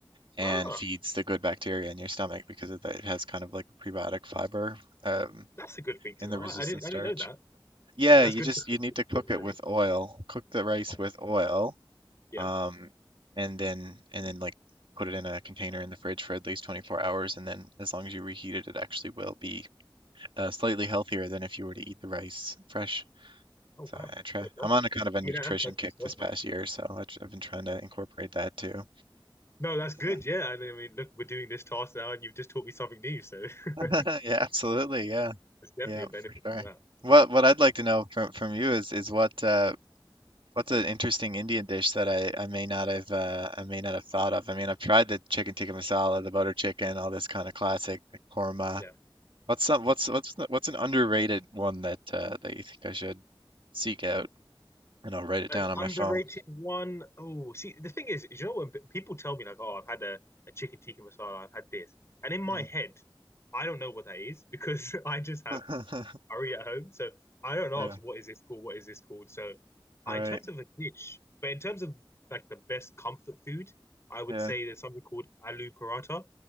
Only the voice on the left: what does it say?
Ah,
that's a good thing to
know.
I,
I didn't,
I didn't know that.
Oh, that's
good
to know.
Low calorie.
Oh,
Yeah.
Oh
wow.
That's lovely.
I mean, that's perfect
stuff,
right?
No, that's good.
Yeah, and I mean, look, we're doing this task now, and you've just taught me something new, so <laughs>
it's definitely
a benefit
from
that.
Yeah.
An
underrated
one. Oh, see, the thing is, you know, when p- people tell me like, "Oh, I've had a, a chicken tikka masala, I've had this," and in my
head, I don't know what that is because <laughs> I just have
curry at home. So I don't ask
what is this called, what is this called. So I,
in terms of a dish, but in terms of like the best comfort food, I would
say there's something called aloo paratha,